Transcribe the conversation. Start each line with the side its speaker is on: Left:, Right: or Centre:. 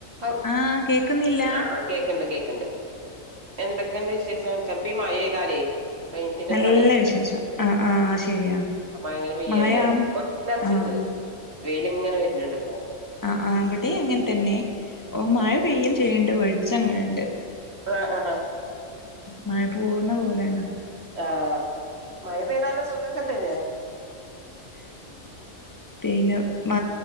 Right: അ
Left: ആഹ് കേക്കുന്നില്ല
Right: ആഹ് കേക്ക്ണ്ട് കേക്ക്ണ്ട് എന്തൊക്കെണ്ട് വിശേഷം ചെൽപ്പോ ഈ മഴെയ്താലേ റൈഞ്ചിനൊരു
Left: നല്ല
Right: കള്യ.
Left: വിശേഷം ആഹ് ആഹ് ശരിയാ
Right: അ മഴങ്ങനെ പെയ്യല്ലേ
Left: മഴയാം
Right: പ്പൊ ലർച്ച്ണ്ട്
Left: ആഹ്
Right: വെയിലിങ്ങനെ വർന്ന് ണ്ട് പ്പൊ
Left: ആ ആ വിടി അങ്ങൻതന്നെ മഴ പെയ്യും ചെയ്യ്ണ്ട് വെളിച്ചങ്ങനെണ്ട്
Right: ആ അ ആഹ്
Left: മയ പോവുന്ന പോലെയാ ണ്
Right: ആഹ് മഴ പെയ്താ ല്ല സുഖൊക്കെ തന്നെയെ
Left: പിന്നെ മ